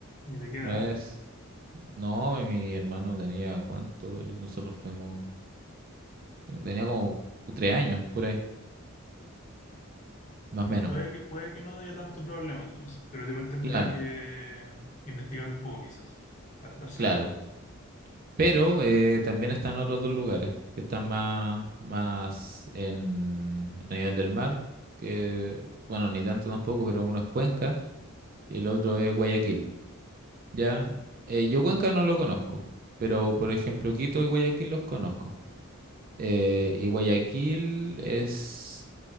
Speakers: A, on the left; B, on the right.
A: ¿Y de qué edad?
B: No es. No, mi hermano tenía cuánto, Él- nosotros fuimos, tenía como tres años por ahí, más o
A: Ya
B: menos.
A: puede, que- puede que no haya tanto problema entonces, pero igual tendría
B: Claro,
A: que investigar un poco quizás, para estar seguro.
B: claro. Pero eh, también están otros dos lugares que están más, más en, a nivel del mar, que bueno, ni tanto tampoco, pero uno es Cuenca y el otro es Guayaquil. Ya, Eh, yo Cuenca no lo conozco, pero por ejemplo Quito y Guayaquil los conozco. Eh, y Guayaquil es